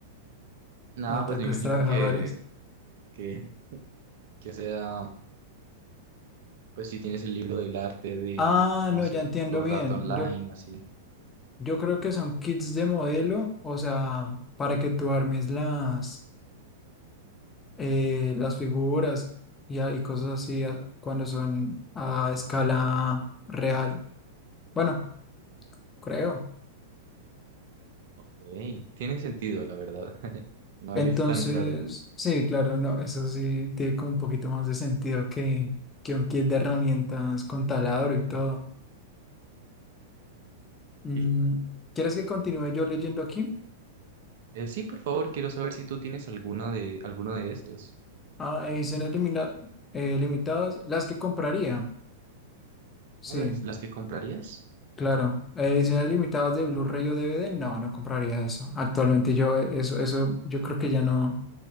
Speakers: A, on the right; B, on the left.
A: Nada,
B: otakus
A: pues me imagino
B: trabajadores.
A: que, que, que sea, pues si tienes el libro del arte de,
B: Ah,
A: no
B: no,
A: sé,
B: ya entiendo
A: Sword
B: bien.
A: Art Online
B: Yo,
A: o así.
B: yo creo que son kits de modelo, o sea, para que tú armes las, eh, las figuras y, a- y cosas así a- cuando son a escala real. Bueno, creo.
A: Ok, tiene sentido, la verdad. <laughs> No
B: Entonces,
A: es tan raro.
B: sí, claro, no, eso sí tiene como un poquito más de sentido que, que un kit de herramientas con taladro y todo. Mm,
A: Sí.
B: ¿quieres que continúe yo leyendo aquí?
A: Eh, sí, por favor, quiero saber si tú tienes alguna de, alguno de estos.
B: Ah, ediciones limila- eh, limitadas, las que compraría. Sí,
A: Ah, ¿Las, las que comprarías?
B: claro. Ediciones limitadas de Blu-ray o DVD, no, no compraría eso. Actualmente yo, eh, eso, eso, yo creo que ya no,